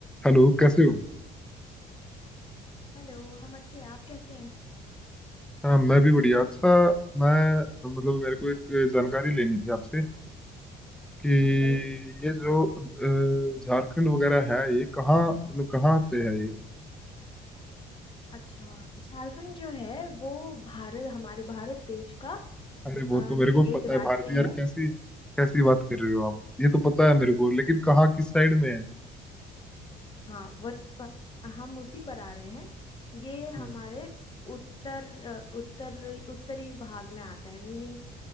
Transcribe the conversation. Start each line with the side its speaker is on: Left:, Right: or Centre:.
Centre: Hello कैसे हो
Left: Hello हम अच्छे हैं आप कैसे हैं
Centre: हाँ मैं भी बढ़िया अच्छा मैं मतलब मेरे को एक जानकारी लेनी थी आपसे कि
Left: हाँ बताइए
Centre: ये जो अ, झारखंड वगैरह है ये कहाँ मतलब कहाँ पे है ये
Left: अच्छा झारखंड जो है वो भारत हमारे भारत देश का
Centre: अरे
Left: अ,
Centre: वो तो
Left: ही
Centre: मेरे को
Left: एक
Centre: पता है
Left: राज्य
Centre: भारतीय यार
Left: है
Centre: कैसी कैसी बात कर रहे हो आप ये तो पता है मेरे को लेकिन कहाँ किस साइड में है
Left: हाँ वो प- हम उसी पर आ रहे हैं ये हमारे
Centre: हम्म,
Left: उत्तर अ, उत्तर उत्तरी भाग में आता है मीनिंग